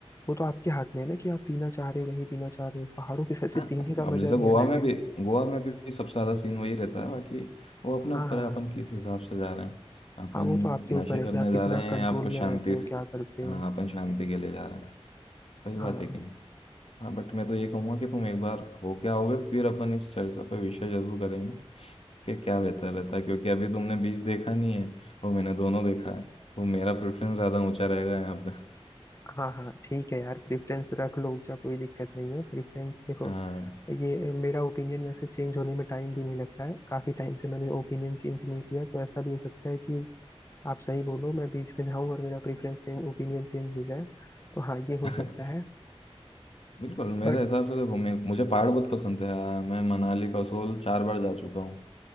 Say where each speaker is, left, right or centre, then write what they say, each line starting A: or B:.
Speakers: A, on the left (about 25°); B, on the left (about 65°).
A: वो तो आपके हाथ में है ना कि आप पीना चाह रहे हो नहीं पीना चाह रहे हो पहाड़ों पे वैसे
B: हाँ
A: पीने का
B: अब
A: मजा
B: जैसे
A: भी
B: गोवा
A: अलग
B: में
A: है
B: भी गोवा में भी, भी सबसे ज्यादा सीन वही रहता है बाकी वो अपने
A: हाँ
B: ऊपर
A: हाँ
B: है अपन किस हिसाब से जा रहे हैं अपन
A: हाँ वो तो आपके ऊपर
B: नशे
A: है
B: करने
A: कि आप कितना
B: जा रहे
A: कंट्रोल
B: हैं या फिर
A: में
B: शांति
A: रहते हो
B: से
A: क्या करते हो
B: हाँ अपन शांति के लिए जा रहे हैं सही बात
A: हाँ
B: है कि नहीं हाँ बट मैं तो ये कहूँगा कि तुम एक बार हो क्या आओगे फिर अपन इस चर्चा पे विषय जरूर करेंगे कि क्या बेहतर रहता है क्योंकि अभी तुमने बीच देखा नहीं है वो मैंने दोनों देखा है तो मेरा प्रेफरेंस ज़्यादा ऊंचा रहेगा यहाँ पे
A: हाँ हाँ ठीक है यार प्रेफरेंस रख लो ऊंचा कोई दिक्कत नहीं है प्रेफरेंस देखो
B: हाँ
A: ये मेरा ओपिनियन वैसे चेंज होने में टाइम भी नहीं लगता है काफी टाइम से मैंने ओपिनियन चेंज नहीं किया तो ऐसा भी हो सकता है कि आप सही बोलो मैं बीच में जाऊं और मेरा प्रेफरेंस चेंज ओपिनियन चेंज हो जाए तो हाँ ये हो
B: <laughs>
A: सकता है
B: बिल्कुल मेरे
A: बट
B: हिसाब से देखो मैं मुझे पहाड़ बहुत पसंद है आ, मैं मनाली कसोल चार बार जा चुका हूँ